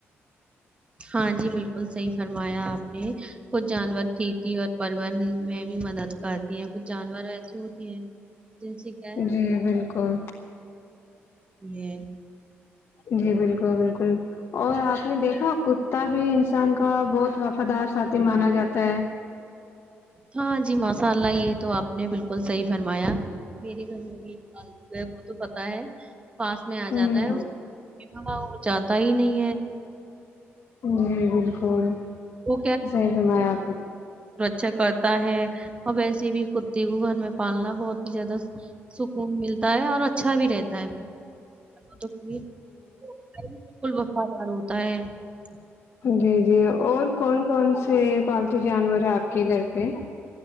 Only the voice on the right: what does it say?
ہاں جی بالکل صحیح فرمایا آپ نے کچھ جانور کھیتی اور پر میں بھی مدد کرتی ہیں کچھ جانور ایسے ہوتے ہیں جن سے کیا ہے
یہ <unintelligible>
ہاں جی ماساء اللہ یہ تو آپ نے بالکل صحیح فرمایا میرے گھر میں بھی پالتو ہے وہ تو پت ہے پاس میں آ
جاتا ہے وہ جاتا ہی نہیں ہے
وہ
چ کت <unintelligible> تا ہے اور ویسے بھی کتے کو گھر میں پالنا بہت زیادہ سکون ملتا ہے اور اچھا بھی رہتا ہے بالکل وفادار ہ ت <inaudible>